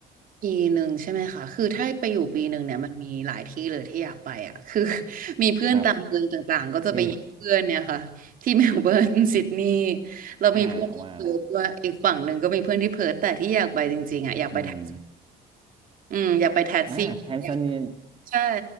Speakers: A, on the right; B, on the right.
A: ปีหนึ่งใช่ไหมคะคือถ้าไปอยู่ปีหนึ่งเนี่ยมันมีหลายที่เลยที่อยากไปอ่ะคือ <laughs> มีเพื่อนตามเมืองต่างๆก็จะไปเยี่ยมเพื่อนเนี่ยค่ะที่
B: ครับ เช่น
A: <laughs> เมลเบิร์นซิดนีย์เรามีเพื่อนที่เพิร์ธด้วยอีกฝั่งหนึ่งก็มีเพื่อนที่เพิร์ธแต่ที่อยากไปจริงๆอ่ะอยากไปแท็กซี่
B: อ่าว่าละ อืม
A: อืมอยากไปแท็กซี่อยาก
B: อ่า แทนซาเนีย
A: ใช่